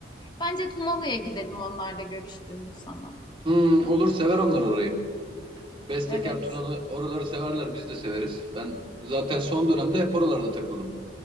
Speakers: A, on the left; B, on the right.
A: Bence Tunalı'ya gidelim onlarla görüştüğümüz zaman.
B: Hmm, olur sever onlar orayı. Bestekar,
A: Evet.
B: Tunalı oraları severler, biz de severiz. Ben zaten son dönemde hep oralarda takıldım.